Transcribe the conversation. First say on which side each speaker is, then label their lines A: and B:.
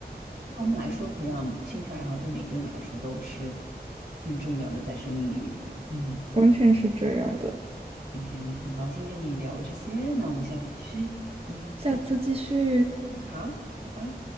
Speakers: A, on the right; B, on the right.
A: 对我们来说，培养兴趣爱好对每个人来说都是很重要的，在生命里面。嗯，
B: 完全是这样的。
A: 今天很高兴跟你聊这些，那我们下次继续。嗯，
B: 下次继续。
A: 好，拜拜。